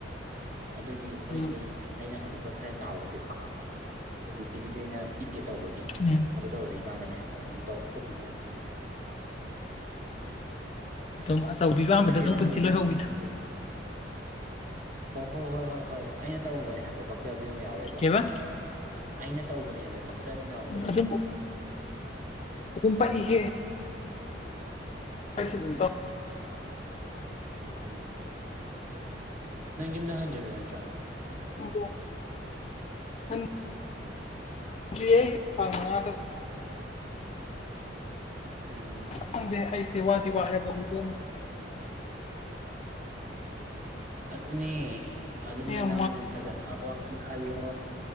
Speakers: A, on the right (about 45°); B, on the left (about 35°).
A: ꯑꯗꯨꯏ ꯃꯣꯏꯖꯦ
B: ꯎꯝ
A: ꯑꯩꯅ ꯑꯃꯨꯛꯀ ꯈꯔ ꯆꯥꯎꯕꯖꯦ ꯄꯥꯝꯕ ꯈꯪꯕ꯭ꯔꯪ ꯑꯣ ꯕꯤ ꯁꯤꯒꯤꯁꯤꯅ ꯄꯤꯛꯏꯕ ꯇꯧꯕꯒꯤ
B: ꯎꯝ
A: ꯑꯗꯨ ꯇꯧꯔꯅꯤ ꯀꯥꯟꯗꯅꯦ ꯍꯥꯏꯕ ꯑꯗꯨꯝꯇꯧ ꯇꯣꯛꯏꯁꯦ
B: ꯑꯗꯨꯝ ꯑꯆꯧꯕꯤꯕ ꯄꯥꯝꯕꯗ
A: ꯅꯠꯇꯦ
B: ꯑꯗꯨꯝ
A: ꯅꯪꯕꯨ
B: ꯄꯨꯟꯁꯤ ꯂꯣꯏꯍꯧꯕꯤꯗꯣ
A: ꯌꯨꯝ ꯍꯟꯗ꯭ꯔꯤꯕꯅꯤ ꯍꯣꯏ ꯍꯣ ꯍꯣꯏ ꯍꯣꯏ ꯍꯣꯏ ꯑꯩꯅ ꯇꯧꯕꯅꯦ ꯍꯥꯏꯕꯗ ꯄꯛꯆ ꯕꯤ ꯑꯃ ꯌꯥꯎꯔꯦꯕ
B: ꯀꯩꯕ
A: ꯑꯩꯅ ꯇꯧꯕꯅꯦ ꯍꯥꯏꯕꯗ ꯄꯛꯆꯕ ꯑꯃ ꯌꯥꯎꯔꯛꯄꯗꯣ
B: ꯑꯗꯨꯝ ꯑꯗꯨꯝ ꯄꯛꯏꯍꯦ ꯑꯩꯁꯨ ꯑꯗꯨꯝ
A: ꯎꯝ
B: ꯇꯧ
A: ꯎꯝ ꯅꯪ ꯌꯨꯝꯗ ꯍꯟꯗ꯭ꯔꯤꯕ ꯅꯠꯇ꯭ꯔꯣ
B: ꯇꯥꯕ꯭ꯔꯣ ꯅꯪ ꯗ꯭ꯔꯤꯌꯦ ꯐꯪꯉ ꯈꯛ
A: ꯎꯝ
B: ꯈꯪꯗꯦ ꯑꯩꯁꯦ ꯋꯥꯗꯤ ꯋꯥꯔꯕꯅꯦ ꯏꯕꯦꯝꯃ
A: ꯑꯗꯨꯅꯦ ꯑꯗꯨꯅꯦ
B: ꯌꯥꯝ
A: ꯅꯪ ꯐꯖꯅ ꯋꯥ ꯅꯪ ꯈꯜꯂꯣ